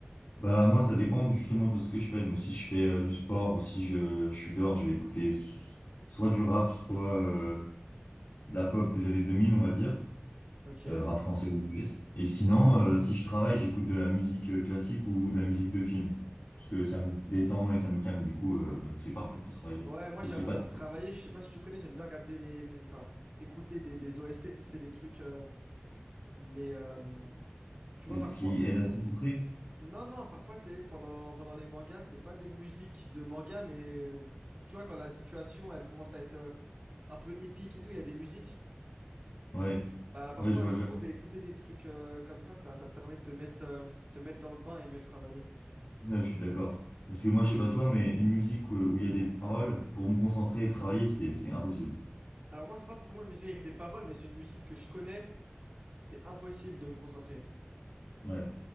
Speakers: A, on the left; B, on the right.
A: Bah moi ça dépend justement de ce que je fais. Donc si je fais euh, du sport ou si je, je suis dehors, je vais écouter s- soit du rap, soit euh, de la pop des années 2000 on va dire,
B: Ok.
A: euh, rap français ou US. Et sinon, euh, si je travaille, j'écoute de la musique euh, classique ou de la musique de film. Parce que ça me détend et ça me calme. Du coup, euh, c'est parfait pour travailler.
B: Ouais, moi
A: Faut
B: j'avoue
A: qu'il y ait pas
B: pour
A: de...
B: travailler, je sais pas si tu connais, j'aime bien regarder les, hum, enfin, écouter des, des OST, tu sais, c'est les trucs, euh, les, euh,
A: C'est
B: tu vois
A: ce
B: parfois,
A: qui aide à se concentrer.
B: non non, parfois c'est pendant pendant les mangas, c'est pas des musiques de manga, mais euh, tu vois quand la situation elle commence à être euh, un peu épique et tout, il y a des musiques.
A: Ouais.
B: Bah parfois
A: Ouais, je vois
B: je
A: le
B: trouve
A: genre.
B: écouter des trucs euh, comme ça, ça, ça te permet de te mettre euh, te mettre dans le bain et mieux travailler.
A: Ouais, je suis d'accord. Parce que moi, je sais pas toi, mais une musique euh, où il y a des paroles, pour me concentrer et travailler, c'est c'est impossible.
B: Alors moi c'est pas forcément une musique avec des paroles, mais c'est une musique que je connais, c'est impossible de me concentrer.
A: Ouais.